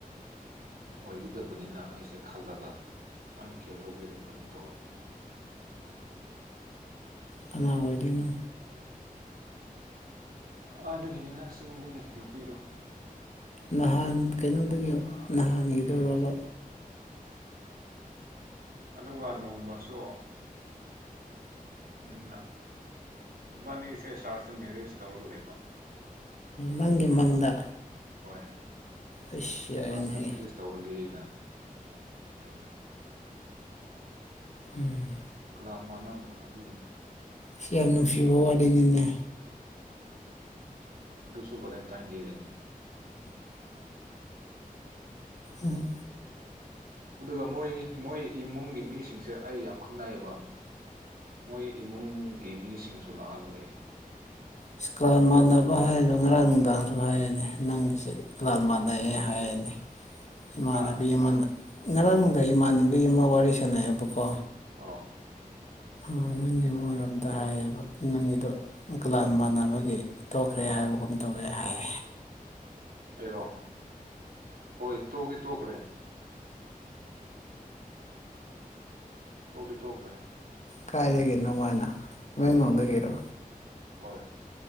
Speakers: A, on the right; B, on the left.
A: ꯑꯣꯏꯒꯗꯕꯅꯤꯅ ꯑꯩꯁꯦ ꯈꯜꯂꯒ ꯁꯨꯃꯥꯏꯅ ꯀꯦꯌꯔ ꯂꯧꯕꯤꯔꯒ ꯐꯖꯅ ꯇꯧꯔꯝꯃꯤ
B: ꯀꯅꯥ ꯑꯣꯏꯗꯣꯏꯅꯣ
A: ꯑꯥꯗꯒꯤꯅꯤꯅ ꯆꯤꯡꯗꯒꯤ ꯅꯨꯄꯤꯗꯨ
B: ꯅꯍꯥꯟ ꯀꯩꯅꯣꯗꯒꯤ ꯅꯍꯥꯟꯒꯤꯗꯧꯔꯕ
A: ꯎꯝ ꯑꯗꯨꯒꯅ ꯅꯣꯡꯃꯁꯨꯣ ꯎꯝ ꯏꯕꯥꯅꯤꯁꯦ ꯁꯥꯔꯁꯤꯇ ꯃꯦꯔꯤꯦꯖ ꯇꯧꯔꯒ ꯂꯩꯕ <unintelligible>
B: ꯅꯪꯒꯤ ꯃꯪꯗ
A: ꯍꯣꯏ
B: ꯑꯩꯁ ꯌꯥꯏꯅꯦꯍꯦ
A: ꯁꯥꯁꯇ ꯃꯦꯔꯤꯖ ꯇꯧꯔꯒꯦꯅ ꯇꯥꯏꯕ
B: ꯎꯝ
A: ꯄꯥꯟ ꯃꯥꯟꯅꯕꯗꯣ ꯑꯗꯨꯒꯤꯅꯤ
B: ꯁꯤ ꯌꯥꯝ ꯅꯨꯡꯁꯤꯕ ꯋꯥꯔꯤꯅꯤꯅꯦ
A: ꯑꯗꯨ ꯑꯗꯨꯁꯨ ꯦꯂꯦꯟꯇꯥꯏꯟ ꯗꯦꯗꯅꯦ
B: ꯎꯝ
A: ꯑꯗꯨꯒ ꯃꯣꯏ ꯃꯣꯏ ꯏꯃꯨꯡꯒꯤ ꯃꯤꯁꯤꯡꯁꯦ ꯑꯩ ꯌꯥꯝ ꯈꯪꯅꯩꯌꯦꯕ ꯃꯣꯏ ꯏꯃꯨꯡꯒꯤ ꯃꯤꯁꯤꯡꯁꯨ ꯂꯥꯛꯑꯒ ꯂꯩ
B: ꯏꯁꯀꯥꯟ ꯃꯥꯟꯅꯕ ꯍꯥꯏꯗꯣ ꯉꯔꯥꯡ ꯅꯨꯡꯗꯥꯡꯁꯨ ꯍꯥꯏꯔꯅꯦ ꯅꯪꯒꯤꯁꯦꯀꯥꯟ ꯃꯥꯟꯅꯩꯦ ꯍꯥꯏꯔꯅꯤ
A: <unintelligible>
B: ꯏꯃꯥꯟꯅꯕꯤ
A: ꯑꯥ
B: ꯑꯃꯅ ꯉꯔꯥꯡꯗ ꯏꯃꯥꯟꯅꯕꯤ ꯑꯃ ꯋꯥꯔꯤ ꯁꯥꯟꯅꯩꯑꯕꯀꯣ
A: ꯑꯥ
B: ꯅꯪꯒꯤ ꯑꯃꯡꯔꯣꯝꯗ ꯍꯥꯏꯌꯦꯕ ꯅꯪꯒꯤꯗꯣꯥ ꯃꯥꯟꯅꯕꯒꯤ ꯇꯣꯛꯈ꯭ꯔꯦ ꯍꯥꯏꯕꯒꯨꯝ ꯇꯧꯋꯦ ꯍꯥꯏ
A: ꯑꯩꯔꯣ ꯍꯣꯏ ꯇꯣꯛꯇꯤ ꯇꯣꯛꯈ꯭ꯔꯦ ꯇꯣꯛꯗꯤ ꯇꯣꯛꯈ꯭ꯔꯦ
B: ꯀꯥꯏꯗꯒꯤꯅꯣꯃꯥꯏꯅ ꯏꯃꯦꯦꯟꯡꯂꯣꯡꯗꯒꯤꯔꯣ
A: ꯍꯣꯏ